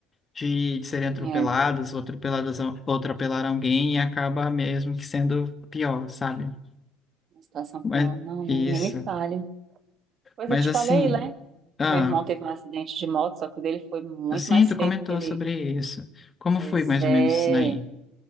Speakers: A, on the left; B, on the right.
A: de, de serem atropeladas,
B: É,
A: ou atropeladas, a- ou atropelar alguém e acaba mesmo que sendo pior, sabe?
B: uma situação
A: Mas
B: pior, não, nem,
A: isso.
B: nem me fale. Pois
A: Mas
B: eu te
A: assim,
B: falei, né?
A: ah,
B: Meu irmão teve um acidente de moto, só que o dele foi muito
A: assim,
B: mais
A: tu
B: feio
A: comentou
B: porque ele,
A: sobre isso. Como
B: pois
A: foi mais
B: é,
A: ou menos isso daí?